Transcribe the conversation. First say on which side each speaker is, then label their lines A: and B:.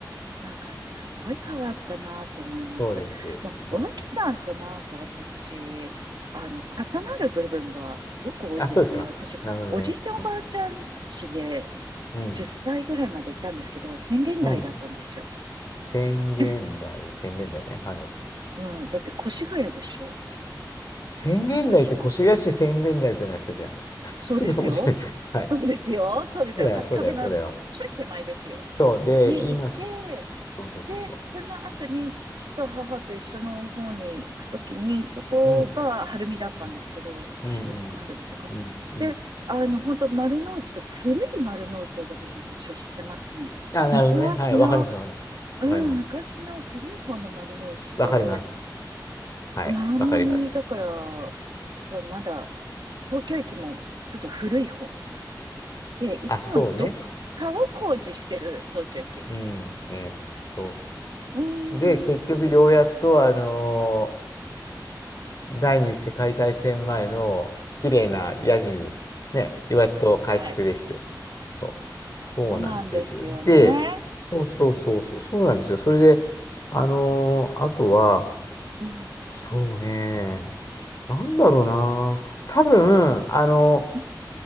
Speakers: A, on the right; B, on the left.
A: なんかすっごい変わったなと思います。
B: そうです。
A: まあ、
B: そう思います。
A: 脇さんとなんか私、あの、重なる部分がすごく多いですね。
B: あ、そうですか。
A: 私、
B: なるほどね。
A: おじいちゃんおばあちゃん家で
B: うん。うん。
A: 10歳ぐらいまでいたんですけど、宣言台だったんですよ。
B: うん宣言台、
A: <laughs>
B: 宣言台ね。はい。
A: うん、だって越谷でしょ
B: 宣言台って越谷市宣言台じゃないですか、
A: 脇さん
B: じゃあ。<laughs>
A: そうですよ。
B: すぐそこじゃないですか。
A: そうですよ。
B: はい。
A: そうですよ。
B: そうだよ、
A: 春日部のちょい手前ですよ。
B: そうだよ、そうだよ。そう、で、
A: に行って、
B: 今す、そうそうそうそ
A: で、その後に父と母と一緒の方に行くときに、そこが晴海だったんですけど、
B: う。うん。うん。
A: 月島とか晴海とか。
B: うん。うん。うん。
A: で、あの、本当丸の内とか、古い丸の内をだから私は知ってますね。
B: あ、なるほどね。
A: 昔の、
B: はい。わかります、わかります。
A: うん、
B: わかります。
A: 昔の古い方の丸の内で、
B: わかります。はい。
A: うんあんなに、
B: わかります。
A: だから、こう、まだ、東京駅もちょっと古い方で、いつもどっかを工事してる東京駅。
B: あ、そうね。うん。ね。そ
A: うん、
B: う。で、結局、
A: ん。
B: ようやっと、あのー第二次世界大戦前の綺麗な屋根にね、やっと改築できて。
A: はい。
B: そう、
A: そうなんですよね。
B: そうなんですよ。で、そうそうそうそう、そうなんですよ。それで、あのーあとは、
A: うん。
B: そうね、なんだろうな、多分、あの、
A: うん。